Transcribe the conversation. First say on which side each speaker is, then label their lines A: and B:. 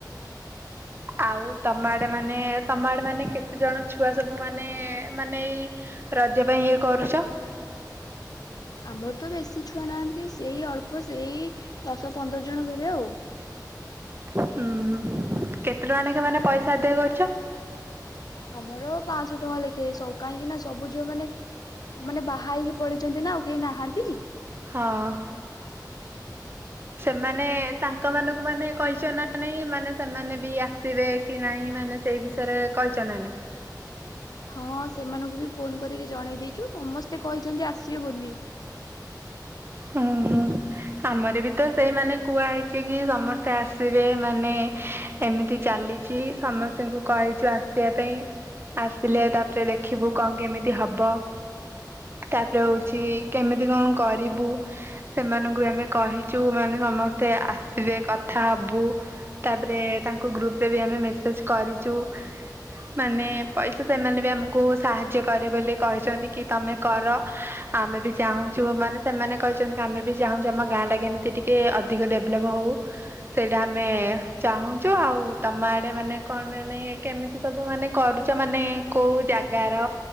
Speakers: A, on the left (about 60°); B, on the right (about 30°).
A: <inaudible>
B: ଆଉ ତମ ଆଡ଼େ ମାନେ ତମ ଆଡ଼େ ମାନେ କେତେ ଜଣ ଛୁଆ ସବୁ ମାନେ ମାନେ ଏଇ ରଜ ପାଇଁ ୟେ କରୁଛ?
A: ଆମର ତ ବେଶୀ ଛୁଆ ନାହାନ୍ତି ସେଇ ଅଳ୍ପ ସେଇ ଦଶ ପନ୍ଦର ଜଣ ଭଳିଆ ଆଉ।
B: ହୁଁ, ହୁଁ, କେତେ ଟଙ୍କା ନେଖା ମାନେ ପଇସା ଆଦାୟ କରୁଛ?
A: ଆମର ପାଁଶହ ଟଙ୍କା ଲେଖେ ସ କାହିଁକି ନା ସବୁ ଝିଅ ମାନେ ମାନେ ବାହା ହେଇକି ପଲେଇଛନ୍ତି ନା ଆଉ କେହି ନାହାନ୍ତି।
B: ହଁ। ସେମାନେ ତାଙ୍କ ମାନଙ୍କୁ ମାନେ କହିଛ ନା ନାଇଁ ମାନେ ସେମାନେ ବି ଆସିବେ କି ନାଇଁ ମାନେ ସେଇ ବିଷୟରେ କହିଛ ନା ନାହିଁ?
A: ହଁ ସେମାନଙ୍କୁ ବି ଫୋନ୍ କରିକି ଜଣେଇ ଦେଇଛୁ ସମସ୍ତେ କହିଛନ୍ତି ଆସିବେ ବୋଲି।
B: ହୁଁ, ହୁଁ। ଆମର ବି ତ ସେଇମାନେ କୁହା ହେଇଛି କି ସମସ୍ତେ ଆସିବେ ମାନେ ଏମିତି ଚାଲିଛି ସମସ୍ତଙ୍କୁ କହିଛୁ ଆସିବା ପାଇଁ। ଆସିଲେ ତାପରେ ଦେଖିବୁ କଣ କେମିତି ହବ। ତାପରେ ହଉଛି କେମିତି କଣ କରିବୁ। ସେମାନଙ୍କୁ ବି ଆମେ କହିଛୁ ମାନେ ସମସ୍ତେ ଆସିବେ କଥା ହବୁ। ତାପରେ ତାଙ୍କ ଗ୍ରୁପରେ ବି ଆମେ ମେସେଜ୍ କରିଚୁ। ମାନେ ପଇସା ସେମାନେ ବି ଆମକୁ ସାହାଯ୍ୟ କରିବେ ବୋଲି କହିଛନ୍ତି କି ତମେ କର। ଆମେ ବି ଚାହୁଁ ଛୁ ମାନେ ସେମାନେ କହିଛନ୍ତି କି ଆମେ ବି ଚାହୁଁଛୁ ଆମ ଗାଁଆଟା କେମିତି ଟିକେ ଅଧିକ ଡେଭ୍ଲପ୍ ହଉ। ସେଇଟା ଆମେ ଚାହୁଁଛୁ ଆଉ ତମ ଆଡେ ମାନେ କଣ ମାନେ କେମିତି? ସବୁ ମାନେ କରୁଛ ମାନେ କୋଉ ଜାଗାର